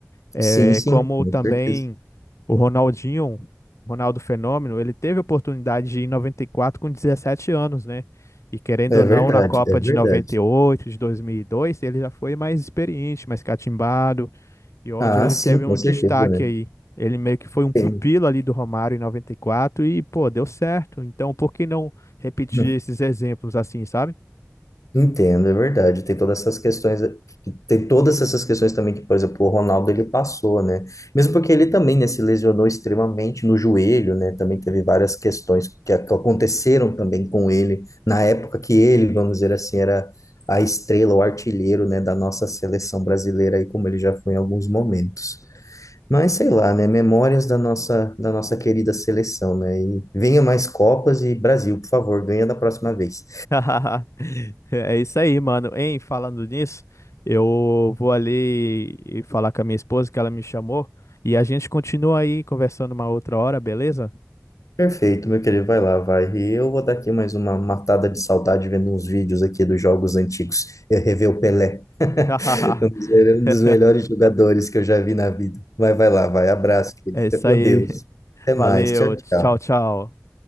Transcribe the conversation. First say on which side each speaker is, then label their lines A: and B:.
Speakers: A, on the left; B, on the left.
A: É,
B: Sim, sim,
A: como
B: com
A: também
B: certeza.
A: o Ronaldinho, Ronaldo Fenômeno, ele teve a oportunidade de ir em 94 com 17 anos, né? E querendo
B: É
A: ou não,
B: verdade,
A: na Copa
B: é verdade.
A: de 98, de 2002, ele já foi mais experiente, mais catimbado, e onde
B: Ah,
A: ele
B: sim,
A: teve
B: com
A: um
B: certeza,
A: destaque
B: né?
A: aí. Ele meio que foi um pupilo
B: Tem.
A: ali do Romário em 94 e, quatro e, pô, deu certo. Então, por que não repetir
B: Hum,
A: esses exemplos assim, sabe?
B: Entendo, é verdade. Tem todas essas questões, tem todas essas questões também que, por exemplo, o Ronaldo ele passou, né? Mesmo porque ele também, né, se lesionou extremamente no joelho, né? Também teve várias questões que, a- que aconteceram também com ele na época que ele, vamos dizer assim, era a estrela, o artilheiro, né, da nossa seleção brasileira aí como ele já foi em alguns momentos. Mas sei lá, né? Memórias da nossa, da nossa querida seleção, né? E venha mais Copas e Brasil, por favor, ganha da próxima vez.
A: <laughs> É isso aí, mano. Hein, falando nisso, eu vou ali e falar com a minha esposa que ela me chamou e a gente continua aí conversando uma outra hora, beleza?
B: Perfeito, meu querido, vai lá, vai. E eu vou dar aqui mais uma matada de saudade vendo uns vídeos aqui dos jogos antigos. Eu rever o Pelé, <laughs>
A: <laughs>
B: um dos um dos melhores jogadores que eu já vi na vida. Mas vai lá, vai. Abraço, querido.
A: É
B: Fica
A: isso
B: com
A: aí.
B: Deus. Até
A: Valeu.
B: mais. Tchau, tchau.
A: Tchau, tchau.